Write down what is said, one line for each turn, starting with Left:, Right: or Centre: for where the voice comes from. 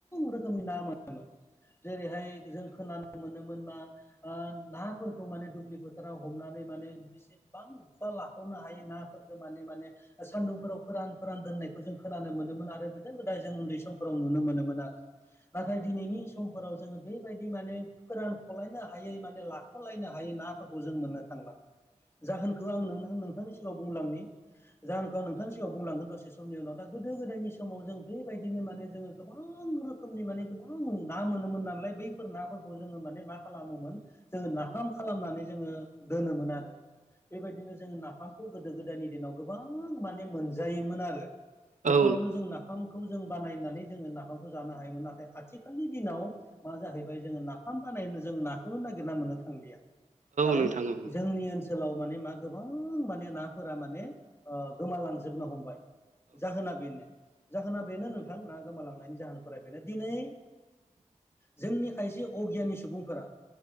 Left: रोखोमनि ना मोनोमोन। जेरैहाय जों खोनानो मोनोमोन ओ नाफोरखौ माने दुब्लि फोथाराव हमनानै माने बेसेबांबा लाख' हायो नाफोरखौ माने माने सान्दुंफोराव फोरान फोरान दोननायखौ जों खोनानो मोनोमोन आरो गोदो गोदाय जों उन्दै समफोराव नुनो मोनोमोन आरो नाथाय दिनैनि समफोराव जोङो बेबायदि माने फोरानख'लायनो हायै माने लाख'लायनो हायै नाफोरखौ जों मोननो थांला जाहोनखौ आं नों नोंथांनि सिगाङाव बुंलांनि जाहोनखौ आं नोंथांनि सिगाङाव बुंलांगोन दसे समनि उनाव दा गोदो गोदायनि समाव जों बेबायदिनो माने जोङो गोबां रोखोमनि माने गोबां गो ना मोनोमोन नालाय बैफोर नाफोरखौ जोङो माने मा खालामोमोन जोङो नाफाम खालामनानै जोङो दोनोमोन आरो बेबायदिनो जोङो नाफामखौ गोदो गोदायनि दिनाव गोबां माने मोनजायोमोन आरो न'खरावनो
Right: औ नोंथां औ
Left: जों नाफाम खौ जों बानायनानै जोङो नाफामखौ जानो हायोमोन नाथाय आथिखालनि दिनाव मा जाहैबाय जोङो ना नाफाम बानायनो जों नाखौनो नागिरना मोननो थांलिया खारन
Right: नोंथां औ नोंथां औ नोंथां औ नोंथां औ
Left: जोंनि ओनसोलाव माने मा गोबां माने नाफोरा माने ओ गोमालांजोबनो हमबाय जाहोना बेनो जाहोना बेनो नोंथां ना गोमालांनायनि जाहोनफोरा बेनो दिनै जोंनि खायसे अगियानि सुबुंफोरा